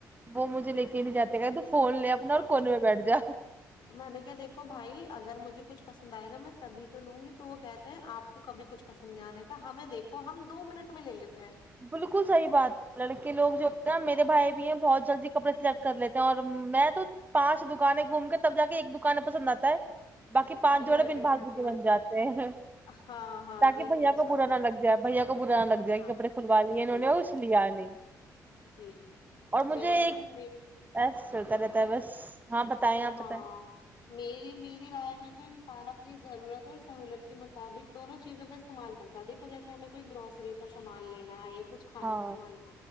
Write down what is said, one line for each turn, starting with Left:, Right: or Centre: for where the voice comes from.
Right: وہ مجھے لے کے نہیں جاتے گے تو فون لے اپنا اور
Left: ہاں
Right: کونے میں بیٹھ جا
Left: میں نے کیا دیکھو بھائی اگر مجھے کچھ پسند آئے گا میں تبھی تو لوں گی تو وہ کہتے ہیں آپ کو کبھی کچھ پسند نہیں آنے کا ہمیں دیکھو ہم دو منٹ میں لے لیتے ہیں
Right: بالکل صحیح بات ہے لڑکے لوگ جو نا میرے بھائی بھی ہیں بہت جلدی کپڑے سلیکٹ کر لیتے ہیں اور میں تو پانچ دکانیں گھوم کے تب جا کے ایک دکانیں پسند آتا ہے باقی پانچ
Left: جی
Right: جوڑے
Left: حقیقت
Right: ب بھاس بے
Left: میں
Right: بن جاتے ہیں
Left: ہاں ہاں
Right: تاکہ
Left: یہی
Right: بھیا
Left: میرے
Right: کو
Left: ساتھ
Right: برا نہا
Left: ہے
Right: لگ جائے بھیا کو برا نا لگ جائے
Left: ہاں
Right: کہ کپڑے لی انہوں
Left: جی
Right: نے اس
Left: جی
Right: لیا نہیں
Left: جی
Right: اور مجھے
Left: میرا
Right: ایک
Left: تو میں
Right: <inaudible> بس چلتا رہتا ہے بس ہاں بتائیں آپ
Left: ہاں
Right: بتائیں
Left: میری میری رائے میں تو انسان اپ یہ ضرورت اور سہولت کے مطابق دونوں چیزوں کا استعمال کرتا ہے دیکھو جیسے ہمیں کوئی گروسری کا سامان لینا ہے کچھ کھانے
Right: ہاں
Left: کا سامان لینا